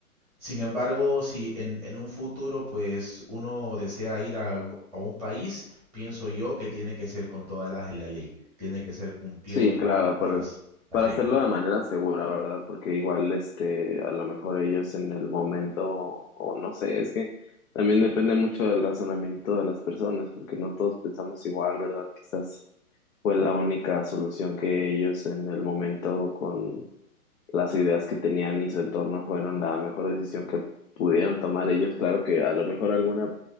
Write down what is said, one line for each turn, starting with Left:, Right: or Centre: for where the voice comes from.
Centre: Sin embargo, si en, en un futuro pues uno desea ir a, u- a un país, pienso yo que tiene que ser con todas las de la ley, tiene que ser cumpliendo
Left: Sí,
Centre: la-
Left: claro, para,
Centre: las, las
Left: para
Centre: reglas,
Left: hacerlo
Centre: ¿no?
Left: de manera segura, ¿verdad? Porque igual, este, a lo mejor ellos en el momento, o no sé, es que también depende mucho del razonamiento de las personas, porque no todos pensamos igual, ¿verdad? Quizás fue la única solución que ellos en el momento con las ideas que tenían y su entorno fueron la mejor decisión que pudieron tomar ellos. Claro que a lo mejor alguna